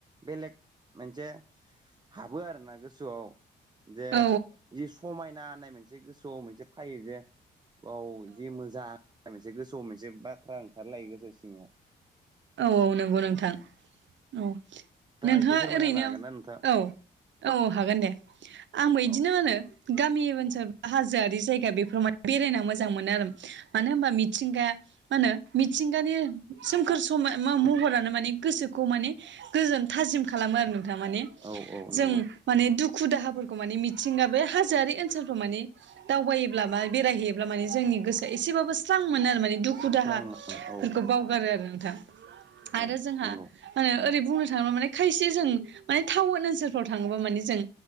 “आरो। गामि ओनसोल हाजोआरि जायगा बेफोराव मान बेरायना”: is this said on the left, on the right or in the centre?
Right